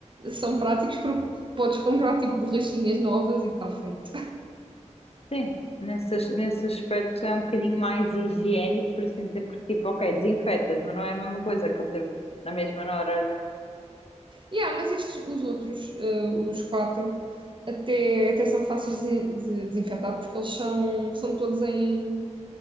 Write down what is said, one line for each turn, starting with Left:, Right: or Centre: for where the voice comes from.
Right: são práticos porque podes comprar tipo borrachinhas novas e está feito.
Left: sim, nesse, as- nesse aspecto é um bocadinho mais higiênico, por assim dizer, porque tipo, ok, desinfetas, mas não é a mesma coisa que ele teve na mesma na orelha.
Right: Yeah, mas estes, os outros, eh, os quatro, até, até são fáceis de, de desinfetar porque eles são, são todos em.